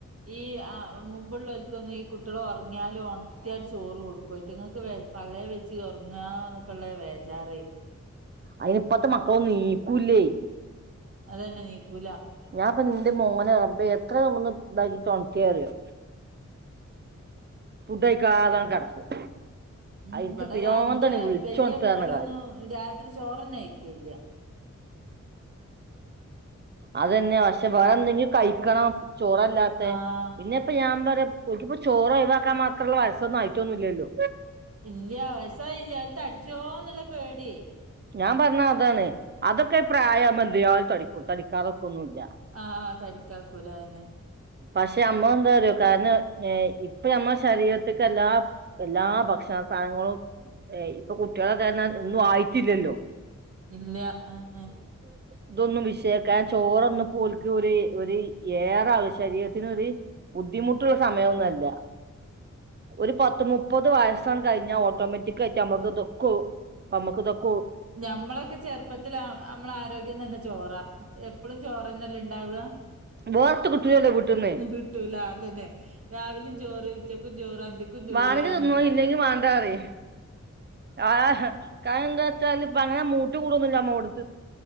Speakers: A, on the right; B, on the right.
A: ഈ ആ മുമ്പുള്ളോലി <unintelligible> ഈ കുട്ടിയള് ഒറങ്ങിയാലും ഒണത്തിയാണ് ചോറ് കൊടുക്കും അയിറ്റ്ങ്ങക്ക് വെ പള്ളേ വെയിച്ച് ഒറങ്ങാന്നൊക്കെള്ള വേജാറെ
B: അയ്നിപ്പത്തെ മക്കളൊന്നും നീക്കൂല്ലേ
A: അത് തന്നെ നീക്കൂല
B: ഞാൻപ്പൊ ഇന്റെ മോനെ റബ്ബേ എത്ര ഒന്ന് ഇതാക്കി ഒണത്തിയെ അറിയോ ഫുഡായിക്കാതാണ് കെടക്കും
A: ഉം
B: എനിക്ക്
A: ഇവിടതാ
B: പിരാന്താണ്
A: എന്റെ
B: വിളിച്ചൊണത്താ
A: വെല്യ മോളൊന്നും
B: പറഞ്ഞ കാര്യം
A: രാത്രി ചോറന്നെ കയിക്കലില്ല
B: അതെന്നെയാ പക്ഷേ വേറെ എന്തെങ്കിലും കഴിക്കണം ചോറല്ലാത്ത
A: ആഹ്
B: പിന്നെ ഇപ്പ ഞാൻ പറയാ ഓലിക്ക്പ്പോ ചോറ് ഒഴിവാക്കാൻ മാത്രള്ള വയസൊന്നും ആയിറ്റൊന്നുല്ലല്ലോ
A: ഇല്ല വയസ്സ് ആയില്ല തടിച്ചോന്നുള്ള പേടിയെ
B: ഞാൻ പറഞ്ഞ അതാണ് അതൊക്കെ പ്രായവുമ്പോ എന്തായാലും തടിക്കൂ തടിക്കാതെക്കെ ഒന്നുല്ല
A: ആഹ് തടിക്കാക്കൂല അതന്നെ
B: പക്ഷെ നമ്മളെന്താറിയോ കാരണം നെ ഇപ്പ നമ്മളെ ശരീരത്ത് <unintelligible> എല്ലാ എല്ലാ ഭക്ഷണ പഴങ്ങളും ഏ ഇ ഇപ്പൊ കുട്ടികളൊക്കെ <unintelligible> ഒന്നും ആയി ട്ടില്ലല്ലോ
A: ഇല്ല ഏഹ് ഏഹ്
B: ഇതൊന്നും വിഷയാക്കാൻ ചോറൊന്നും ഇപ്പ ഓൽക്ക് ഒരു ഒര് ഏറെ ആവ് ശരീരത്തിനൊരു ബുദ്ധിമുട്ടുള്ള സമയയൊന്നു അല്ല ഒരു പത്ത് മുപ്പത് വയസ്സങ്ങ് കഴിഞ്ഞാ ഓട്ടോമാറ്റിക്കായിട്ട് നമ്മക്ക് ഇതൊക്ക് നമ്മക്ക് ഇതൊക്ക്
A: ഞമ്മളൊക്കെ ചെറുപ്പത്തില് നമ്മടെ ആരോഗ്യം തന്നെ ചോറാ എപ്പഴും ചോറ്ന്നെല്ല ഇണ്ടാവുക
B: വേർത്ത് കിട്ടൂലല്ലോ വീട്ടിന്ന്
A: കിട്ടൂല അത് തന്നെ രാവിലെ ചോറ് ഉച്ചക്കും ചോറ് അന്തിക്കും ചോറ്
B: വാണങ്കി
A: അതന്നെ
B: തിന്നോ
A: ഇണ്ടാവ
B: ഇല്ലെങ്കി വാണ്ടാ പറയും ആ കായം എന്താന്ന് വെച്ചാല് ഇപ്പ അങ്ങനെ മുത്ത- കൂട്ന്നെങ്കിൽ അമ്മ കൊടുക്ക്